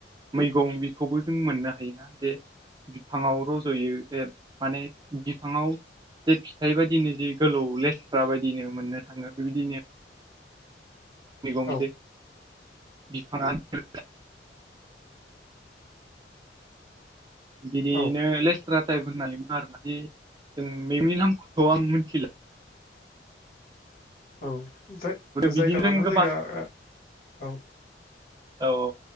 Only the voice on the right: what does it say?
मैगं बेखौबो जों मोननो हायोना जे बिफाङाव रज'यो ए माने बिफाङाव जे फिथाइ बायदिनो ज गोलौ लेसफ्रा बायदिनो मोननो थाङो बेबायदिनो मैगं
<unintelligible> बिफाङा <unintelligible> बिदियैनो
लेस्रा टाइप होननानै बुङो आरो ना बिदि जों मैगंनि नामखौथ' आं मिथिला
बिदिनो
जों गोबां
औ औ